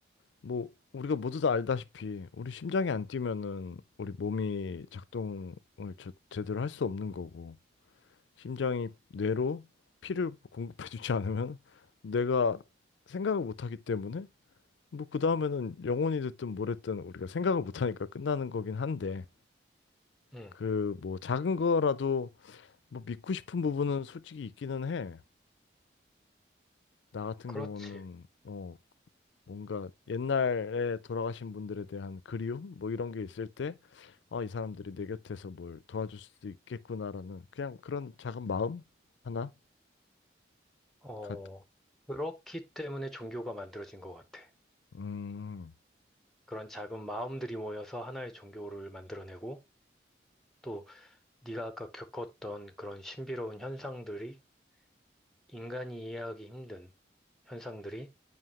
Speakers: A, on the left; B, in the centre.
A: 뭐 우리가 모두 다 알다시피 우리 심장이 안 뛰면은 우리 몸이 작동을 저- 제대로 할 수 없는 거고, 심장이 뇌로 피를 공급해주지 않으면 뇌가 생각을 못 하기 때문에 뭐 그 다음에는 영혼이 됐든 뭘 했든 우리가 생각을 못 하니까 끝나는 거긴 한데
B: 음,
A: 그 뭐 작은 거라도 뭐 믿고 싶은 부분은 솔직히 있기는 해. 나 같은
B: 그렇지.
A: 경우는 어 뭔가 옛날에 돌아가신 분들에 대한 그리움 뭐 이런 게 있을 때 아, 이 사람들이 내 곁에서 뭘 도와줄 수도 있겠구나라는 그냥 그런 작은 마음 하나
B: 어,
A: 가,
B: 그렇기 때문에 종교가 만들어진 것 같아.
A: 음,
B: 그런 작은 마음들이 모여서 하나의 종교를 만들어내고 또 네가 아까 겪었던 그런 신비로운 현상들이 인간이 이해하기 힘든 현상들이